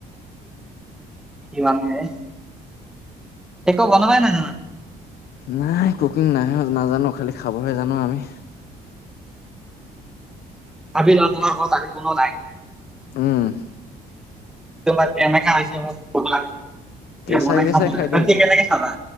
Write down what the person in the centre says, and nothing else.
কি মানুহ হেই। একো বনাবই নাজানা?
ভাবি লোৱা তোমাৰ ঘৰত আজি কোনো নাই।
তোমাক এনেকা হৈছে মোক ভাত
বনাই
খাব লাগে।
তেতি
কেনেকে খাবা?